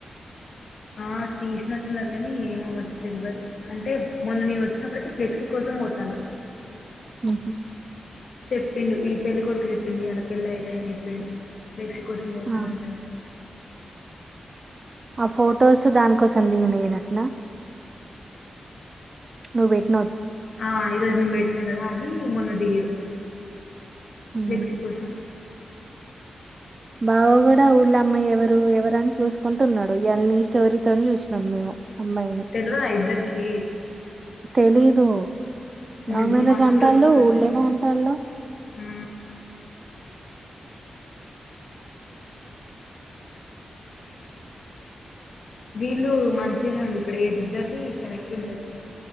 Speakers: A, on the left; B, on the right.
A: ఆ తీసినట్టున్నారు కాగాని ఏమవ్వరు తెలియదు అంటే మొన్న నేను వచ్చినప్పుడయితే ఫ్లెక్సీ కోసం పోతాళ
B: అహ
A: చెప్పిండు ఈ పెళ్లి కొడుకు చెప్పిండు అలా పెళ్ళి అ్యటయని చెప్పిండు ఫ్లెక్సి కోసం పోతనంట
B: ఆ, ఆ ఫొటోస్ దానికోసందిగినయనట్నా ను బెటి
A: ఆ ఈ రోజు నేను పెట్టినా కదా అవి మొన్న దిగరు
B: ఉమ్.
A: ఫ్లెక్సీ కోసం
B: బావ కూడా ఊళ్ళ అమ్మాయి ఎవరు ఎవరని చూసుకుంటు ఉన్నాడు ఇవీ స్టోరీతో చూసినాం మేము అమ్మాయిని
A: తెలివదా ఇద్దరికి
B: తెలీదు అవు
A: నువ్వు
B: మేారజ
A: మనూరు
B: అంటళ్ళు
A: ఇంకా
B: ఉళ్ళనే అంటళ్ళు
A: ఆ వీళ్ళు మంచిగానే ఉంది ఇప్పుడు ఏ జిద్దది కరెక్ట్ ఉంటది